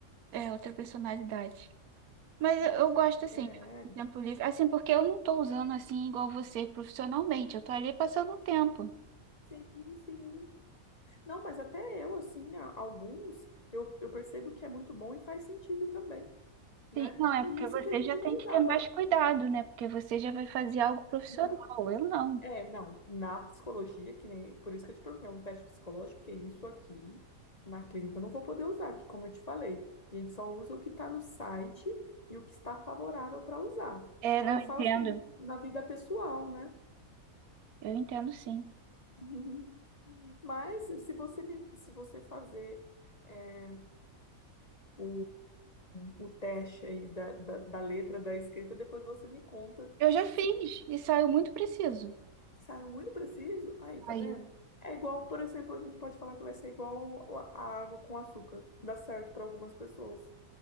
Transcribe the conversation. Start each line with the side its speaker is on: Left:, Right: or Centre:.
Right: é outra personalidade. Mas eu, eu gosto assim,
Left: É,
Right: do tempo livre, assim, porque eu não tô usando assim igual você profissionalmente. Eu tô ali passando o tempo.
Left: sim, sim. Não, mas até eu, assim, a- alguns, eu, eu percebo que é muito bom e faz sentido também, né?
Right: Sim, não é
Left: E
Right: porque
Left: isso
Right: você
Left: que a gente
Right: já tem
Left: vai usar.
Right: que ter mais
Left: Por...
Right: cuidado, né? Porque você já vai fazer algo profissional.
Left: Não.
Right: Eu não.
Left: É, não, na psicologia, que nem, por isso que eu te perguntei, é um teste psicológico, porque isso aqui na clínica eu não vou poder usar, que como eu te falei, a gente só usa o que está no site e o que está favorável para usar.
Right: É,
Left: Aí
Right: não
Left: eu
Right: entendo.
Left: falo assim, na, na vida pessoal, né?
Right: Eu entendo sim.
Left: <laughs> Mas se você me, se você fazer é, o, o, o, o teste aí da, da, da letra, da escrita, depois você me conta
Right: Eu já fiz e saiu muito preciso.
Left: Saiu muito preciso? Aí, tá
Right: Saiu.
Left: vendo? É igual, por exemplo, a gente pode falar que vai ser igual a a água com açúcar. Dá certo para algumas pessoas.